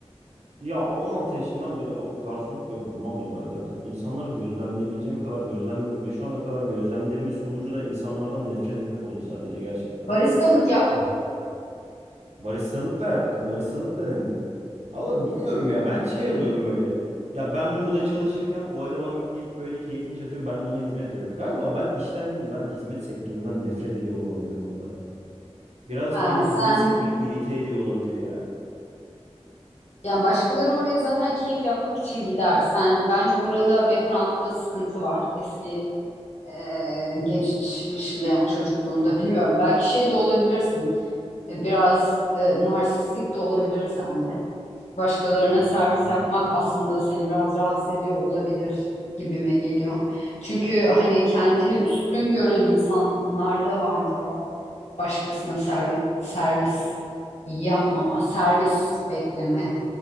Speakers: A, on the right; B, on the left.
A: ya 16 yaşından beri av- garsonluk yapıyorum abla ben zaten. İnsanları gözlemleyebileceğim kadar gözlemledim ve şu ana kadar gözlemlerimin sonucu da insanlardan nefret etmek oldu sadece gerçekten.
B: Baristalık yap.
A: <laughs> Baristalık da yaptım, baristalık da denedim. Ama bilmiyorum ya ben şey oluyorum böyle. Ya ben burada çalışırken o eleman gelip böyle keyfini çatıyor ben de ona hizmet veriyorum. Galiba ben işten değil de ben hizmet sektöründen nefret ediyor olabilirim abla ya. Birazcık
B: Ha,
A: beni hizmet
B: sen
A: sektörü irite ediyor olabilir ya.
B: yani başkaları oraya zaten keyif yapmak için gider. Sen bence burada background'da sıkıntı var. Eski e, geçmişinde yani çocukluğunda bilmiyorum. Belki şey de olabilirsin. E, Biraz e, narsistik de olabilir sende. Başkalarına
A: Eyvah
B: servis
A: tamam.
B: yapmak aslında seni biraz rahatsız ediyor olabilir gibime geliyor. Çünkü hani kendini üstün gören insanlarda vardır o. Başkasına servis, servis yapmama, servis bekleme